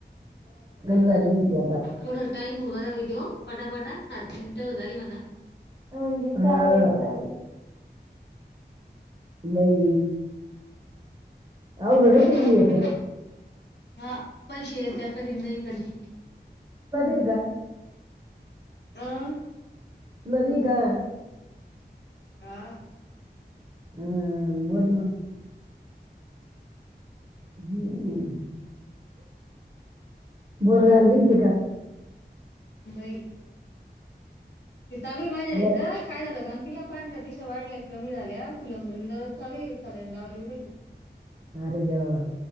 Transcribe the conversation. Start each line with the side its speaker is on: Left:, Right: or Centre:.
Right: झाले म्हणते आता
Left: थोड टाईम <unintelligible> त्यो पटापटा सात मिनिटं होत आली मला.
Right: म्हणजे <inaudible> नाई. अवघडश
Left: म्हणा.
Right: मग येत.
Left: हा पैसे येत्या कधी नाही कधी
Right: <unintelligible>
Left: आह.
Right: नवी का?
Left: हा.
Right: हम् बोल म -- हम्म. बोरगाल गेलती का?
Left: नाही. ते चालय माजीयाहीत.
Right: य-
Left: काय झालं काल? तिला पांढऱ्या पेशी वाढल्या कमी झाल्या फुलंबरीला दररोज <unintelligible> सलाईन लावली.
Right: अरे देवा